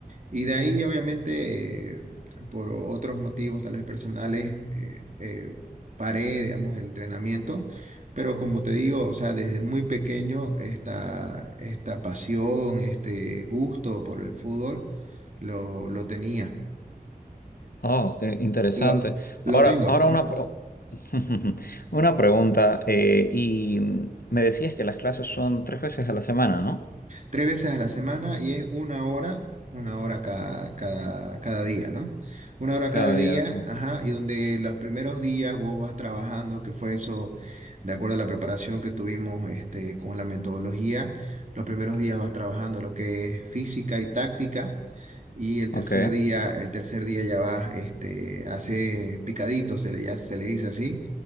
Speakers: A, on the right; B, on the left.
A: y de ahí, obviamente, eh, por otros motivos, tal vez personales, eh, eh, paré, digamos, el entrenamiento. Pero como te digo, o sea, desde muy pequeño esta, esta pasión, este gusto por el fútbol, lo, lo tenía.
B: Oh, qué interesante.
A: Lo, lo
B: Ahora,
A: tengo.
B: ahora una, pro- <laughs> una pregunta. eh, y mm, me decías que las clases son tres veces a la semana, ¿no?
A: Tres veces a la semana y es una hora, una hora cada, cada, cada día, ¿no? Una hora
B: Cada
A: cada día,
B: día, ok.
A: ajá, y donde los primeros días vos vas trabajando, que fue eso, de acuerdo a la preparación que tuvimos este, con la metodología, los primeros días vas trabajando lo que es física y táctica. Y el tercer
B: Ok,
A: día, el tercer día ya vas, este, hace picaditos, se le, ya se le dice así,